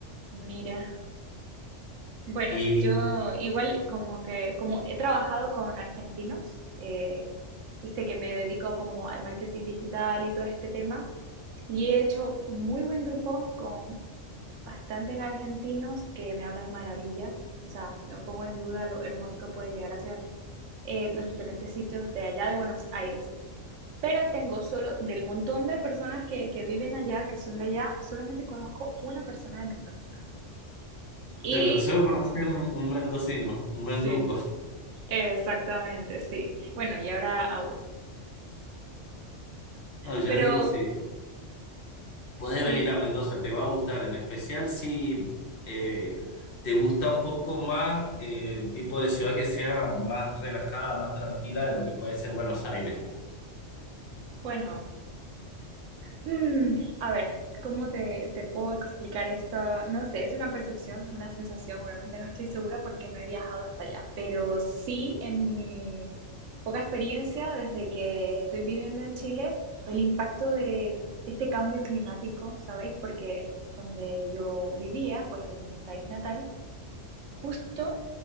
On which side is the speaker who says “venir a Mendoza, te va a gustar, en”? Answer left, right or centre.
Left